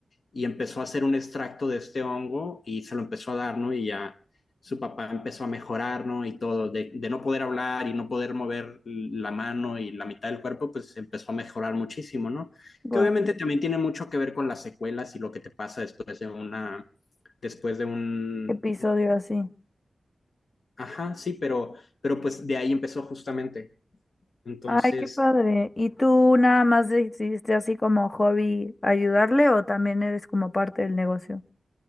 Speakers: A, on the left; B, on the left.
A: y empezó a hacer un extracto de este hongo y se lo empezó a dar, ¿no? Y ya su papá empezó a mejorar, ¿no? Y todo, de, de no poder hablar y no poder mover la mano y la mitad del cuerpo, pues empezó a mejorar muchísimo, ¿no?
B: Wow.
A: Que obviamente también tiene mucho que ver con las secuelas y lo que te pasa después de una después de un...
B: Episodio así.
A: Ajá, sí, pero, pero pues de ahí empezó justamente. Entonces,
B: Ay, qué padre. ¿Y tú nada más decidiste así como hobby ayudarle o también eres como parte del negocio?